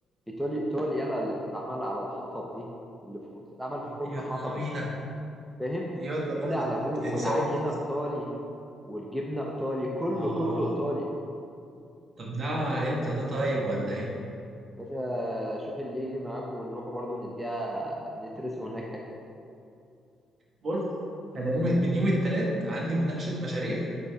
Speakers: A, in the centre; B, on the right (about 45°).
A: ايطالي ايطالي يلا اللي بتتعمل على الحطب دي اللي ف- بتتعمل في
B: طب
A: فرن
B: يلا
A: حطب
B: بينا
A: مش فاهم
B: يلا
A: ايطالي
B: بينا
A: على
B: ده بت-
A: ابوه
B: بتتسوى
A: والعجينة
B: بتتس...
A: ايطالي والجبنة ايطالي كله
B: اه
A: كله ايطالي
B: طب ده امتى ده طيب ولا ايه
A: باشا شوف اللي يجي معاك ونروحوا برضو نديها نترسوا هناك اكل
B: بص انا يوم من يوم التلات عندي مناقشة مشاريع